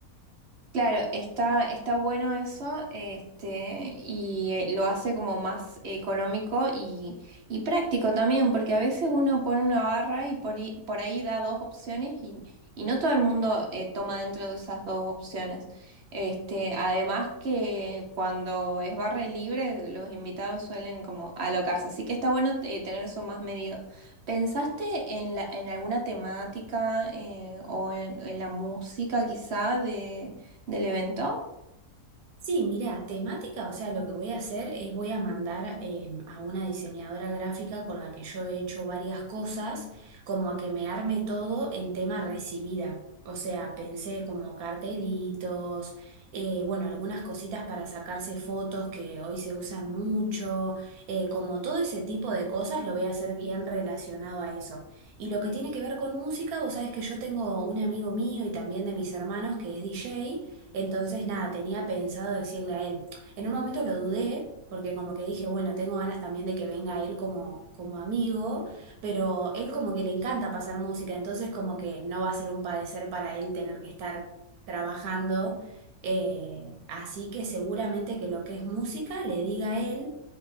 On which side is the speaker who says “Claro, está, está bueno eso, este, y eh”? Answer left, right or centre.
Right